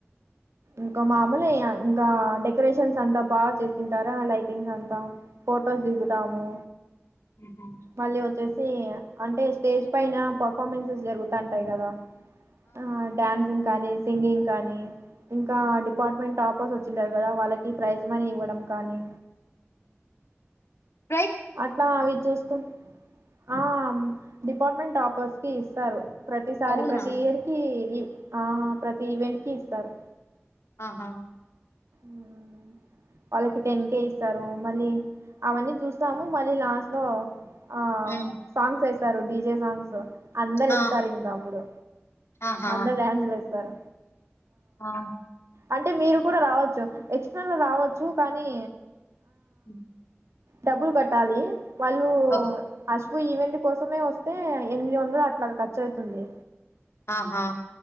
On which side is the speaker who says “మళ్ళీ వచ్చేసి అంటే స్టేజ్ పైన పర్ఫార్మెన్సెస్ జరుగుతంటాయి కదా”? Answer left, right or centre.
Right